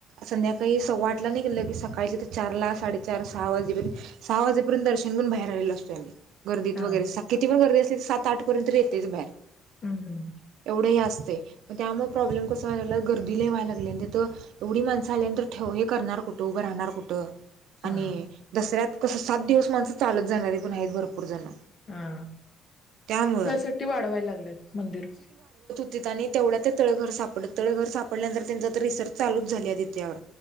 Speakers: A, on the right; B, on the left.
A: संध्याकाळी सव्वाटला नि गेलं की सकाळच्या तर चारला साडे चार सहा वाजेपर्य सहाजेर्यंत दर्शन करून बाहेर आलेो असतो त्यां गर्दीत
B: हा
A: वगैरे साखेती पण गर्दी असत सात आठ पर्यंत येतेच बाहेर
B: हम्म
A: एवढं ह असत ग त्यामुळे प्रॉब्लेम कस्हागला गर्दीला वय लाग एवढी माणस आलींत ठे हे करणार फोटो उभं राहणार कुठं
B: हा
A: आणि दसऱ्यात कसं सात दिवस माणसं चालत जाणारी पण आहेत भरपूर जण
B: हा
A: त्यामुळं
B: त्यासाठी वाढवायला लागल्यात मंदिर
A: तिथं आणि तेवढ्या ते तळघर सापडत तळघर सापडल्यानंतर त्यांच तर रिसर्च चालूच झाली आहे ति त्यावर